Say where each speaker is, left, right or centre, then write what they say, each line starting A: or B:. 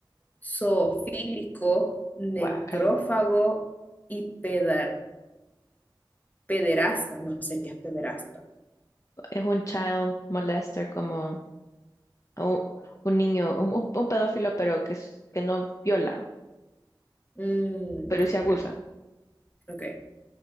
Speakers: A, on the left; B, on the left.
A: zoofílico, necrófago
B: Guácala.
A: y peda- pederasta. No sé qué es pederasta.
B: Es un child molester, como un, un niño, un, un- un pedófilo, pero que, es- que no viola,
A: Mm,
B: pero se
A: ok,
B: abusa.
A: ok.